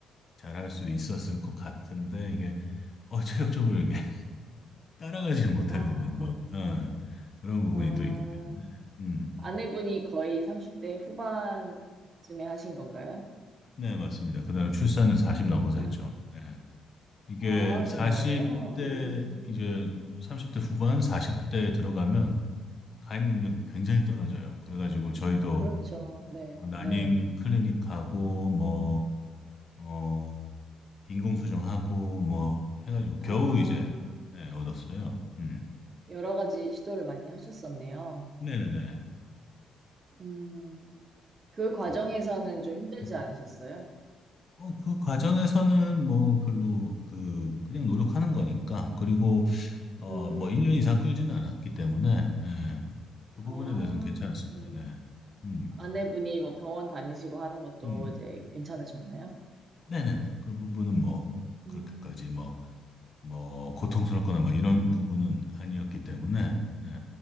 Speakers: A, on the left (about 40°); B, on the right (about 40°).
A: 잘할 수 있었을 것 같은데 이게 어, 체력적으로 이게 <laughs> 따라가지 못하겠는
B: 아,
A: 뭐 어, 그런 부분이
B: 아,
A: 또 있기 때문에 음,
B: 아내분이 거의 30대 후반쯤에 하신 건가요?
A: 네 맞습니다. 그다음에 출산은 40 넘어서
B: 아,
A: 했죠. 네. 이게
B: 아,
A: 사십
B: 정말요?
A: 대
B: 음,
A: 이제 30대 후반 40대 들어가면 가입 능력이 굉장히 떨어져요. 그래가지고 저희도
B: 그렇죠.
A: 어,
B: 네,
A: 난임
B: 네.
A: 클리닉하고 뭐 어, 인공수정하고 뭐 해가지고
B: 아,
A: 겨우 이제 예, 얻었어요. 음.
B: 여러 가지 시도를 많이 하셨었네요.
A: 네네네.
B: 음. 그 과정에서는
A: 그렇고.
B: 좀 힘들지
A: 음.
B: 않으셨어요?
A: 어, 그 과정에서는 뭐 별로 그 그냥 노력하는 거니까 그리고 어,
B: 음,
A: 뭐 1년 이상 끌지는 않았기 때문에 예, 그 부분에
B: 아,
A: 대해서는 괜찮았습니다.
B: 그래도.
A: 네. 음.
B: 아내분이 뭐 병원 다니시고 하는 것도
A: 음.
B: 이제 괜찮으셨나요?
A: 네네네. 그 부분은 뭐 그렇게까지
B: 음,
A: 뭐 뭐 고통스럽거나 막 이런 부분은 아니었기 때문에 네.